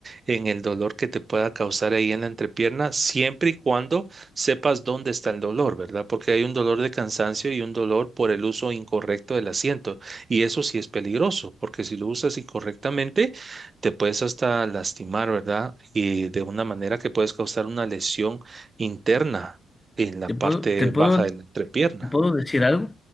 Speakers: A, on the right; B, on the left.
A: en el dolor que te pueda causar ahí en la entrepierna, siempre y cuando sepas dónde está el dolor, ¿verdad? Porque hay un dolor de cansancio y un dolor por el uso incorrecto del asiento, y eso sí es peligroso, porque si lo usas incorrectamente, te puedes hasta lastimar, ¿verdad? Y de una manera que puedes causar una lesión interna en la
B: Te
A: parte
B: puedo, te puedo
A: baja de la entrepierna.
B: ¿Y ¿Puedo decir algo?